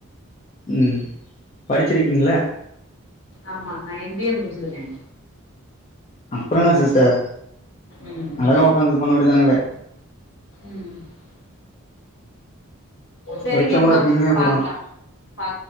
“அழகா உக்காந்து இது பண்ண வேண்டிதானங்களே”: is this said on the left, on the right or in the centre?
Left